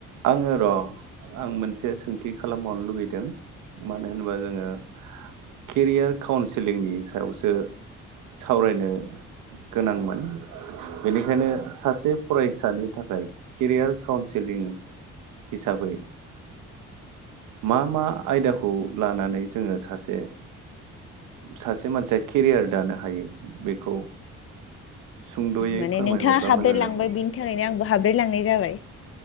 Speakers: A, on the right; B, on the left.
A: आङो र आं मोनसे सोंथि खालामबावनो लुगैदों मानो होनोबा जोङो केरियार काउन्सिलिंनि सायावसो सावरायनो गोनांमोन बेनिखायनो सासे फरायसानि थाखाय केरियार काउन्सिलिं हिसाबै
B: <unintelligible>
A: मा मा आयदाखौ लानानै जोङो सासे सासे मानसिया केरियार दानो हायो बेखौ सुंद'यै
B: माने
A: फोरमायहरब्ला
B: नोंथाङा हाब्रायलांबाय
A: मोजां जागौ
B: बिनि थाखायनो आंबो हाब्रायलांनाय जाबाय।